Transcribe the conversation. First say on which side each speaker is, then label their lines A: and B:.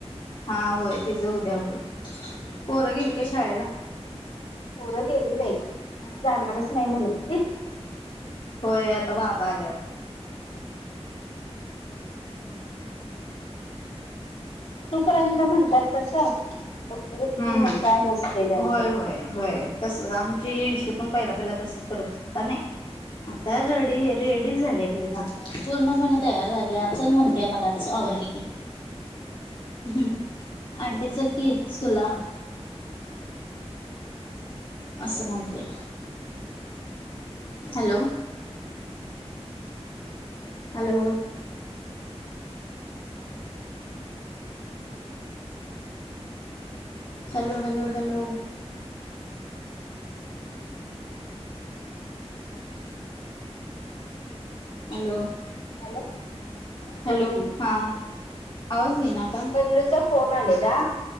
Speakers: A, on the left (about 45°); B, on the left (about 80°).
A: हा होय तिचं उद्या होईल पोरं गेली का शाळेला
B: पोरं गेली बा जाणणारच नाही म्हणत त
A: होय आता बाबा आल्यात
B: तूप एकदा म्हणतात तसं व्यक्ि
A: हम्म
B: मग
A: हम्म
B: काय नसते त्यांचं
A: होय होय होय तस आमचे इशू पण पहिला पहिला तस करत आता नाही आता रेडी रेडीच झाली ती आता पूर्णपणे तयार झाल्या चल म्हणतेय मला आवरली की ह आंटी सल की स्कूला असशुवते hello hello hello hello hello hello
B: hello ह
A: हॅलो
B: बोल कि
A: हां आवाज देईना का
B: पल्लूचा फोन आलेला